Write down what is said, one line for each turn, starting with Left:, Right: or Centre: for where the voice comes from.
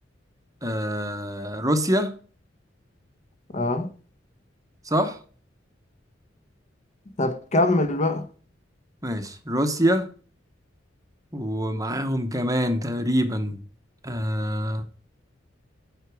Right: آه روسيا
Left: اه
Right: صح
Left: طب كمل بقى
Right: ماشي روسيا ومعاهم كمان تقريبا آه